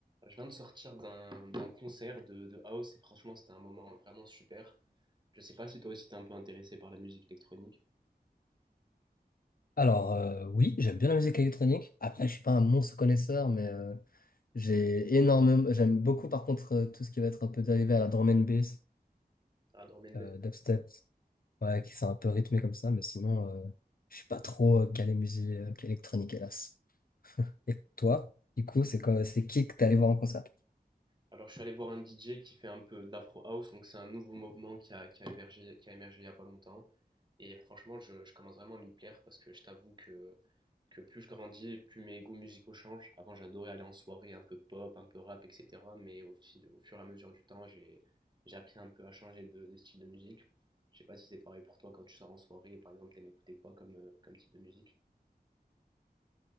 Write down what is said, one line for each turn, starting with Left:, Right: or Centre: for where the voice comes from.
Right: Je viens de sortir d'un d'un concert de, de house et franchement c'était un moment vraiment super. Je sais pas si toi aussi t'es un peu intéressé par la musique électronique.
Left: Alors euh, oui, j'aime bien la musique électronique. Après, je suis pas un monstre connaisseur, mais euh, j'ai énormément, j'aime beaucoup par contre euh, tout ce qui va être un peu dérivé à la drum and bass,
Right: Ah, Drum and
Left: euh, dubstep, ouais, qui sont un peu rythmé comme ça, mais sinon, euh, je suis pas trop euh, calé musique euh, électronique, hélas. Et toi, du coup, c'est quoi, c'est qui que t'es allé voir en concert?
Right: Alors, je suis allé voir un DJ qui fait un peu de l'afro house, donc c'est un nouveau mouvement qui a, qui a émergé, qui a émergé il n'y a pas longtemps. Et franchement, je, je commence vraiment à m'y plaire parce que je t'avoue que, que plus je grandis, plus mes goûts musicaux changent. Avant, j'adorais aller en soirée un peu pop, un peu rap, etc. Mais au fil, au fur et à mesure du temps, j'ai, j'ai appris un peu à changer de, de style de musique. Je sais pas si c'est pareil pour toi quand tu sors en soirée, par exemple, t'aimes écouter quoi comme, euh, comme type de musique?